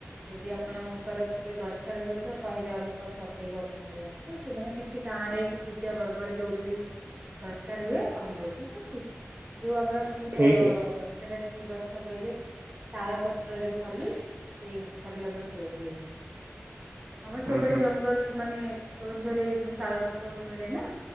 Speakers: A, on the right (about 30°); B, on the right (about 50°).
A: ଯଦି ଆପଣଙ୍କର କେବେ ଦରକାର ହୁଏ ତ କହିବେ ଆମକୁ ଆମେ ପଠେଇବୁ ଆପଣ। ହ ସୋନେ କିଛି ଗାଁରେ କି ପୂଜା ପର୍ବରେ ଯୋଉଠି ଦରକାର ହୁଏ କହିବେ ଠିକ ଅଛି ଯୋଉ ଆମର ସେଇ
B: ଠିକ୍ ଅଛି।
A: ସେଟା କି ଗଛ କହିଲେ ଶାଳ ପତ୍ର ଯୋଉ ଖଲି ସେଇ ଖଲି ଆମର ତିଆରି ହୁଏ। ଆମର ସେପଟେ
B: ଉଁ ହୁଁ
A: ଜଙ୍ଗଲ ମାନେ କେଉଁଝରେ ଏ ସବୁ ଶାଳପତ୍ର ମିଳେ ନା।